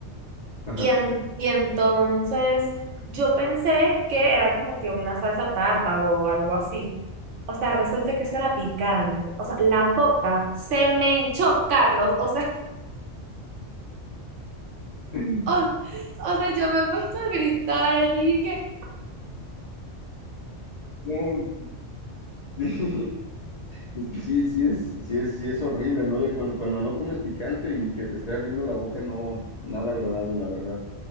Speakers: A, on the left; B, on the right.
A: <laughs>
B: Y, en- y entonces yo pensé que era como que una salsa tarta o algo así. O sea, resulta que eso era picante. O sea, la boca se me hinchó, Carlos. O sea,
A: ajá.
B: <laughs>
A: <clears throat>
B: o, o sea, yo me he puesto a gritar allí que,
A: No, sí, <laughs> es que sí, sí es, sí es, sí es horrible, ¿no? Ya cuando, cuando no comes picante y que te esté ardiendo la boca, no, nada agradable, la verdad.